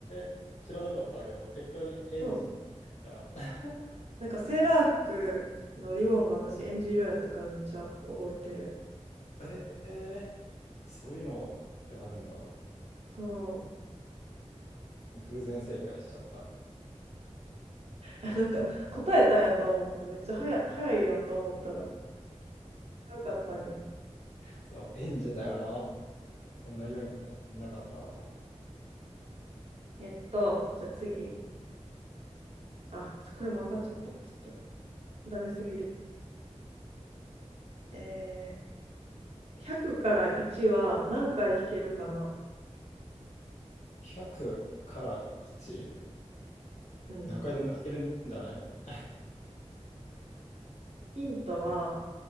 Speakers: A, on the left; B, on the right.
A: えー、知らなかったけど、適当に園児って言ったら、
B: そう。
A: <laughs>
B: なんかセーラー服のリボンが私えんじ色やったからめっちゃ覚えてる。
A: ええー、そういうのであるんだ。
B: そ
A: 偶然正解しちゃった。
B: う。<laughs> なんか答えたんやと思って、めっちゃ早、早いやんと思ったら、よかったんや。
A: そう、園児だよな。そんな色についてはなかったわ。
B: えっと、じゃあ次。あ、ちょこれも分かっちゃった。ちょっと、ダメすぎる。えー100から1は何回引けるかな。
A: 100から 1?
B: うん。
A: 何回でも弾けるんじゃない <laughs>
B: ヒントは、
A: え